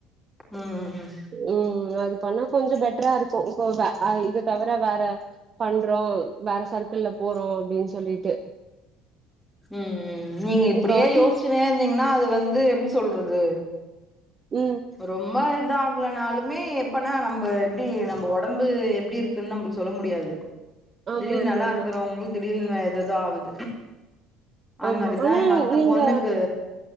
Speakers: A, in the centre; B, on the right (about 25°).
A: ம் ம்
B: ம் அது பண்ணா கொஞ்சோ பெட்டரா இருக்கு போக இது தவர வேற பண்றோ வேற சர்க்கல்ல போறோ அப்டின் சொல்லிட்டு
A: ம் ம் ம் நீங்க இப்டியே
B: முக்காவாசி
A: யோசிச்சினே இருந்தீங்கன்னா அது வந்து எப்டி சொல்றது
B: ம்
A: ரொம்ப இத ஆகலனாலுமே எப்பனா நம்ம எப்டி நம்ம ஒடம்பு எப்டி இருக் குன்னு நம்மளுக்கு சொல்ல முடியாது
B: ஆமா
A: திடீர்னு
B: ஆமா
A: நல்லா
B: ஆமா
A: இருக்கறவங்களுக்கு திடீர்னு எதோதா ஆகுது அந்
B: ஆமா
A: மாரிதா
B: ஆனா
A: எங்க அத்த
B: நீங்க
A: பொண்ணுக்கு